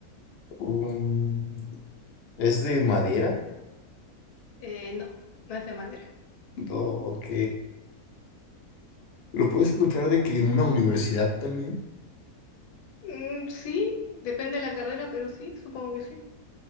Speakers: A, on the left; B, on the left.
A: Um, ¿es de madera?
B: Eh, no, no es de madera.
A: No, ok. ¿Lo puedes encontrar de que en una universidad también?
B: Mm, sí, depende de la carrera, pero sí, supongo que sí.